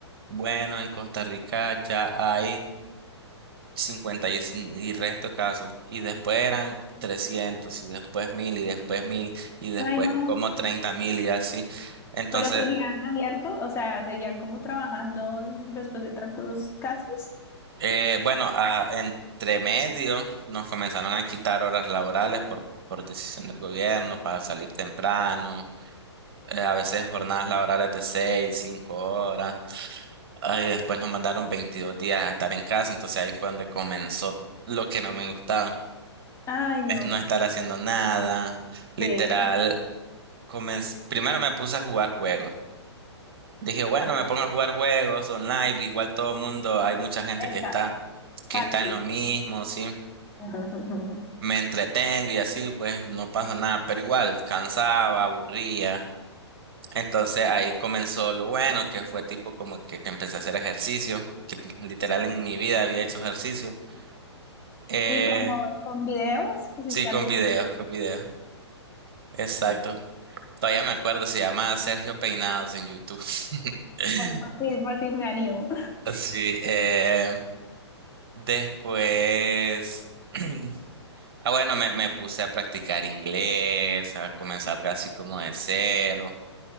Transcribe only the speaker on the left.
Ay, no.
Pero seguían abiertos, o sea, seguían como trabajando después de tantos casos.
Ay, no.
Sí,
Ajá.
está,
parche.
<laughs>
Sí.
¿Y como con videos? ¿Pusiste
algo?
<laughs>
Por fin, por fin me animo.